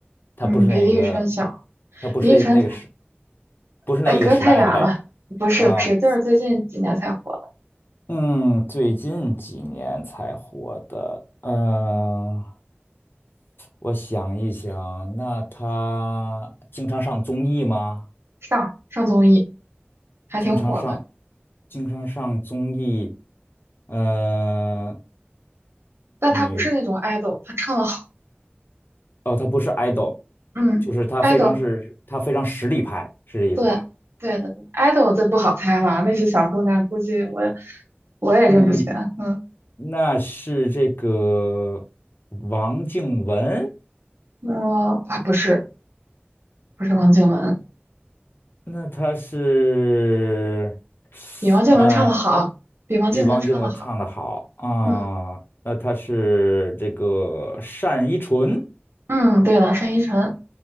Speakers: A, on the left (about 60°); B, on the right (about 85°).
A: 他不是那一个，
B: 嗯，比李宇春小。
A: 他不是那个时，
B: 李宇春才。
A: 不是那一个时代的呗，
B: 呃，隔太远了，不是不是，
A: 啊，
B: 就是最近几年才火的，
A: 嗯，最近几年才火的，嗯、我想一想，那他经常上综艺吗？
B: 上上综艺还挺火的，
A: 经常上，经常上综艺，嗯、呃，
B: 但他不是那种
A: 女
B: idol，他唱的好，
A: 哦，他不是 idol，
B: 嗯，idol，
A: 就是他非常是，他非常实力派，是这意思吧？
B: 对对的对，idol 这不好猜了，那些小姑娘估计我我也认不全，
A: 嗯嗯，
B: 嗯，
A: 那是这个王靖雯，
B: 我啊不是不是王靖雯，
A: 那他是，
B: 比王靖雯唱的好，
A: 呃，
B: 比王靖雯唱的好，
A: 比王靖雯唱的好啊，
B: 嗯
A: 那他是这个单依纯，
B: 嗯，对了，单依纯，